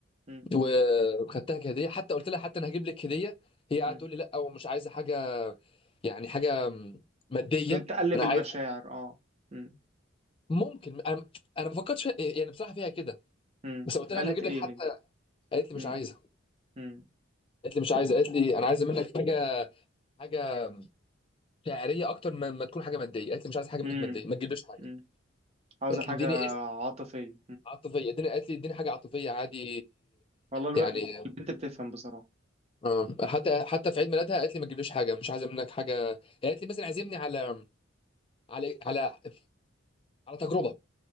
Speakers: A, on the right; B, on the left.
A: مم.
B: وخدتها كهديه حتى قلت لها حتى انا هجيب لك هديه هي قاعده
A: مم.
B: تقول لي لا ومش عايزه حاجه يعني حاجه ماديه
A: تقلب
B: انا
A: المشاعر
B: عايز
A: اه مم.
B: ممكن انا انا ما فكرتش فيها- يعني بصراحه فيها كده
A: مم.
B: بس قلت لها
A: قالت
B: انا هجيب
A: ايه
B: لك حتى
A: هي
B: قالت لي
A: مم.
B: مش عايزه
A: مم.
B: قالت لي مش عايزه قالت لي انا عايزه منك حاجه حاجه شعريه اكتر ما, ما تكون حاجه ماديه قالت لي مش عايز حاجه منك
A: مم.
B: ماديه ما تجيبليش حاجه
A: مم. عاوزه
B: قالت
A: حاجه
B: لي اديني اسم
A: عاطفيه
B: عاطفيه اديني قالت لي اديني حاجه عاطفيه عادي
A: والله الو...
B: يعني
A: البنت بتفهم بصراحة
B: آه. حتى حتى في عيد ميلادها قالت لي ما تجيبليش حاجه مش عايزه منك حاجه قالت لي مثلا عزمني على على على على تجربه